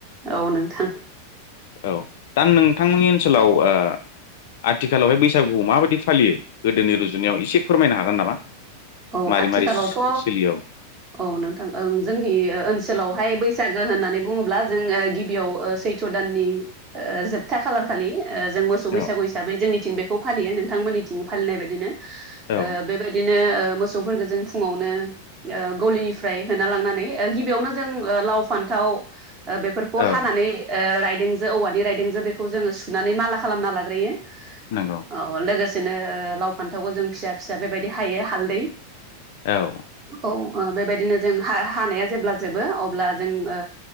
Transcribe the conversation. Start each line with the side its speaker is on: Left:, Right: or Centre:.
Right: औ नोंथां
Left: औ दा आं नोंथांमोननि ओनसोलाव ओ। आथिखालावहाय बैसागुआव माबायदि फालियो गोदोनि रुजुनायाव एसे फोरमायनो हागोन नामा?
Right: औ
Left: मारै
Right: आथिखालावथ'।
Left: मारै सोलियो
Right: औ नोंथां ओं जोंनि ओनसोलावहाय बैसागो होननानै। बुङोब्ला जोंङो गिबियाव सैथ' दाननि। ओ जोबथा खालार खालि ओ जों मोसौ बैसागु
Left: औ
Right: हिसाबै जोंनिथिं बे। खौ फालियो नोंथांमोननिथिं फालिनाय बायदिनो
Left: औ
Right: ओ बेबायदिनो ओ। मोसौफोरखौ जों फुङावनो ओ गलिनिफ्राय होना लांनानै ओ गिबियावनो जों ओ लाव, फान्थाव। औ। ओ बेफोरखौ
Left: औ
Right: हानानै ओ रायदोंजों औवानि रायदोंजों बेखौ जोङो सुनानै माला खालामना लाग्रोयो।
Left: नंगौ
Right: औ लोगोसेनो ओ लाव, फान्थावखौ जों फिसा-फिसा बेबायदि हायो हालदै।
Left: औ‌।
Right: औ ओ बेबायदिनो जों हा-हानाया जेब्ला जोबो अब्ला जों ओ।